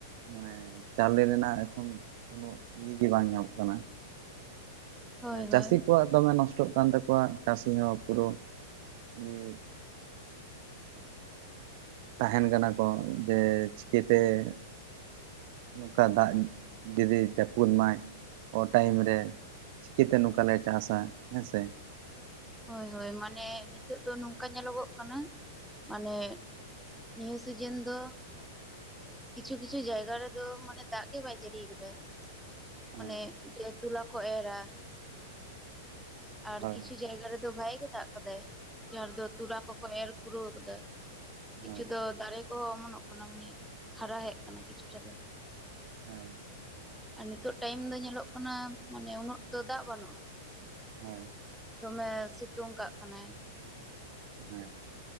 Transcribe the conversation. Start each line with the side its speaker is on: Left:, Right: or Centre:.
Right: ᱢᱟᱱᱮ ᱪᱟᱣᱞᱮ ᱨᱮᱱᱟᱜ ᱮᱠᱷᱚᱱ ᱩᱱᱟᱹᱜ ᱤᱭᱟᱹ ᱜᱮ ᱵᱟᱝ ᱧᱟᱢᱚᱜ ᱠᱟᱱᱟ ᱾
Centre: ᱦᱳᱭ ᱦᱳᱭ
Right: ᱪᱟᱹᱥᱤ ᱠᱚᱣᱟᱜ ᱫᱚᱢᱮ ᱱᱚᱥᱴᱚᱜ ᱠᱟᱱ ᱛᱟᱠᱚᱣᱟ ᱪᱟᱹᱥᱤ ᱦᱚᱸ ᱯᱩᱨᱟᱹ ᱜᱮ ᱾ ᱛᱟᱦᱮᱱ ᱠᱟᱱᱟ ᱠᱚ ᱡᱮ ᱪᱤᱠᱟᱹᱛᱮ ᱾ ᱱᱚᱝᱠᱟ ᱫᱟᱜ ᱡᱩᱫᱤ ᱡᱟᱹᱯᱩᱫ ᱢᱟᱭ ᱚ ᱴᱟᱭᱤᱢ ᱨᱮ, ᱪᱤᱠᱟᱹᱛᱮ ᱱᱚᱝᱠᱟ ᱞᱮ ᱪᱟᱥᱟ ᱦᱮᱸ ᱥᱮ?
Centre: ᱦᱳᱭ ᱦᱳᱭ ᱢᱟᱱᱮ ᱱᱤᱛᱚᱜ ᱫᱚ ᱱᱚᱝᱠᱟ ᱧᱮᱞᱚᱜᱚᱜ ᱠᱟᱱᱟ ᱢᱟᱱᱮ ᱱᱤᱭᱟᱹ ᱥᱤᱡᱮᱱ ᱫᱚ ᱠᱤᱪᱷᱩ ᱠᱤᱪᱷᱩ ᱡᱟᱭᱜᱟ ᱨᱮᱫᱚ ᱢᱟᱱᱮ ᱫᱟᱜ ᱜᱮ ᱵᱟᱭ ᱡᱟᱹᱲᱤ ᱠᱟᱫᱟ ᱾
Right: ᱦᱳᱭ
Centre: ᱢᱟᱱᱮ ᱡᱮ ᱛᱚᱞᱟ ᱠᱚ ᱮᱨᱟ ᱟᱨ
Right: ᱦᱳᱭ
Centre: ᱠᱤᱪᱷᱩ ᱡᱟᱭᱜᱟ ᱨᱮᱫᱚ ᱵᱷᱟᱜᱮ ᱜᱮ ᱫᱟᱜ ᱠᱟᱫᱟᱭ ᱡᱟᱦᱟᱸ ᱨᱮᱫᱚ ᱛᱚᱨᱟ ᱠᱚᱠᱚ ᱮᱨ ᱠᱩᱨᱟᱹᱣ ᱠᱟᱫᱟ ᱾ ᱠᱤᱪᱷᱩ
Right: ᱦᱳᱭ
Centre: ᱫᱚ ᱫᱟᱨᱮ ᱠᱚᱦᱚᱸ ᱚᱢᱚᱱᱚᱜ ᱠᱟᱱᱟ ᱢᱟᱱᱮ ᱦᱟᱨᱟ ᱠᱟᱱᱟ ᱠᱤᱪᱷᱩᱴᱟ ᱫᱚ ᱾
Right: <unintelligible>
Centre: ᱟᱨ ᱱᱤᱛᱚᱜ ᱴᱟᱭᱤᱢ ᱫᱚ ᱧᱮᱞᱚᱜ ᱠᱟᱱᱟ ᱢᱟᱱᱮ ᱩᱱᱟᱹᱜ ᱫᱚ ᱫᱟᱜ ᱵᱟᱹᱱᱩᱜᱼᱟ ᱾
Right: ᱦᱳᱭ ᱾
Centre: ᱫᱚᱢᱮ ᱥᱮᱛᱳᱝ ᱠᱟᱜ ᱠᱟᱱᱟᱭ ᱾
Right: ᱦᱮᱸ